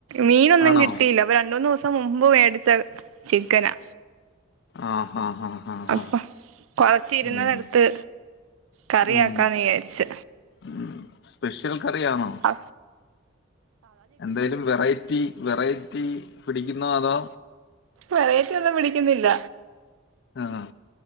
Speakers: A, on the right; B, on the left.
A: മീനൊന്നും
B: ആണോ
A: കിട്ടില്ല ഇപ്പൊ രണ്ട് മൂന്ന് ദിവസം മുമ്പ് മേടിച്ച ചിക്കനാ
B: ആഹ് ആഹ് ആഹ് ആഹ്
A: അപ്പൊ
B: ആഹ്
A: കൊറച്ച് ഇരുന്നതെടുത്ത്
B: ഉം
A: കറിയാക്കാന്ന്
B: ഉം
A: വിചാരിച്ച്
B: ഉം സ്പെഷ്യൽ കറിയാണോ
A: ആ..
B: എന്തേലും വെറൈറ്റി വെറൈറ്റി പിടിക്കുന്നോ അതോ
A: വെറൈറ്റിയൊന്നും പിടിക്കുന്നില്ല
B: ആഹ്